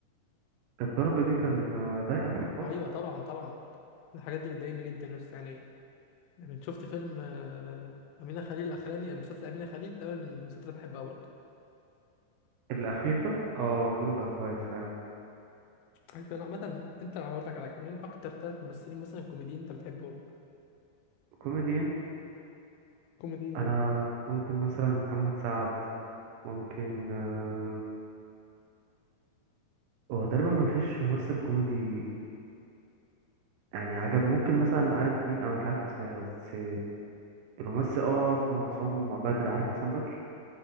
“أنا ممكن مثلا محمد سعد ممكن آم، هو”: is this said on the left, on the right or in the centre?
Right